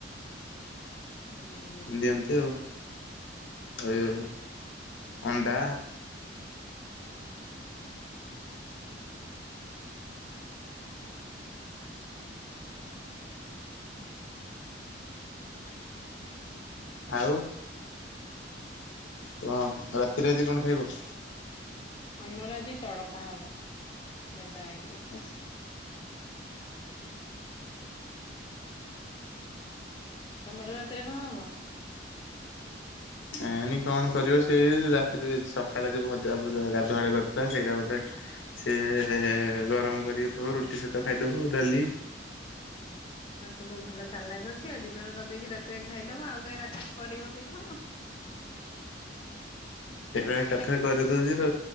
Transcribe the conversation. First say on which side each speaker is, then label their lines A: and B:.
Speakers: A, on the left (about 80°); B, on the left (about 25°).
A: ଏମତି
B: ହୁଁ ହୁଁ।
A: ଦିଅନ୍ତି ଆଉ। ଆ ଅଣ୍ଡା ଆଉ କଣ ରାତିରେ ଆଜି କଣ ଖାଇବ?
B: ଆମର ଆଜି ତଡକା ହଉ ଭେଦା ହେଇଛି।
A: ହଁ।
B: ତମର ରାତିରେ କଣ ହବ?
A: ଏ ନାଇ କଣ କରିବ ସେଇ ରାତିରେ ସକାଳେ ଯୋଉ ଭଜା ଗାଧୁଆଳି କରିୁଥିଲା ସେଇଟା ବୋଧେ ସେି ଗରମ କରିଥବ ରୁଟି ସହିତ ଖାଇଦେବୁ ଡାଲି।
B: ଆଉ ତ ବୋଉ ଭଲ ଚାଲାକ ଅଛି। ଆଉ ଦିନରେ କରିଦେଇକଛି ରାତିରେ ଖାଇଦବ। ଆଉ କାହିଁ ରାତିରେ କରିବ କି କଣ?
A: ସେଟ ଏକାଥ କରିଦଉଛି।